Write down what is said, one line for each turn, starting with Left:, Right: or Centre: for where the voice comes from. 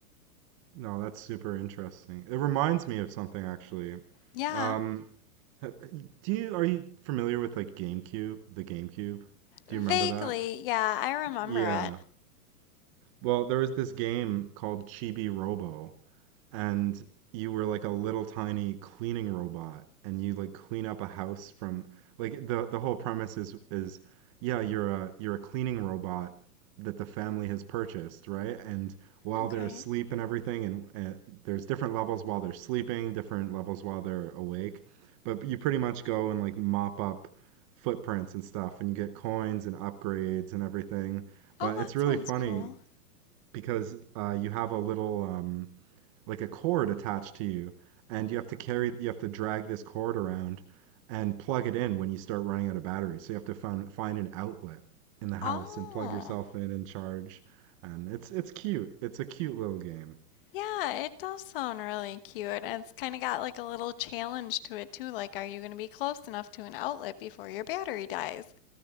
Right: No, that's super interesting. It reminds me of something actually.
Left: Yeah,
Right: Um, ha- do you are you familiar with like GameCube, the GameCube? Do
Left: vaguely.
Right: you remember that?
Left: Yeah, I remember
Right: Yeah.
Left: it.
Right: Well, there was this game called Chibi Robo, and you were like a little tiny cleaning robot, and you like clean up a house from like the the whole premise is is yeah, you're a you're a cleaning robot that the family has purchased, right? And while
Left: Okay.
Right: they're asleep and everything, and, and there's different levels while they're sleeping, different levels while they're awake, but you pretty much go and like mop up footprints and stuff, and you get coins and upgrades and everything.
Left: Oh,
Right: But
Left: that
Right: it's really
Left: sounds
Right: funny
Left: cool.
Right: because uh, you have a little um, like a cord attached to you, and you have to carry you have to drag this cord around and plug it in when you start running out of battery. So you have to find find an outlet in the house
Left: Oh.
Right: and plug yourself in and charge. And it's it's cute. It's a cute little game.
Left: Yeah, it does sound really cute. And it's kind of got like a little challenge to it too. Like, are you going to be close enough to an outlet before your battery dies?